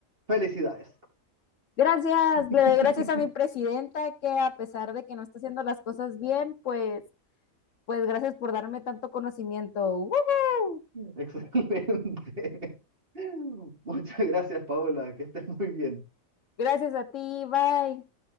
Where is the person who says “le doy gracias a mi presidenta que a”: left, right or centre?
Left